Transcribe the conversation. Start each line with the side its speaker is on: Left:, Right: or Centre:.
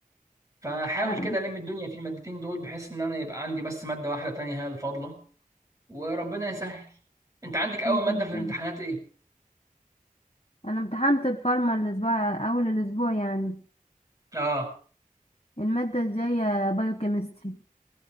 Right: فحاول
Left: لا
Right: كده الم الدنيا في المادتين دول بحيث ان انا يبقى عندي بس ماده واحده تانية هي اللي فاضله وربنا يسهل انت عندك اول
Left: خير
Right: ماده
Left: ان
Right: في
Left: شاء
Right: الامتحانات
Left: الله
Right: ايه
Left: انا امتحنت الفارما الاسبوع اول الاسبوع يعني
Right: اه
Left: المادة الجاية بايوكيمستري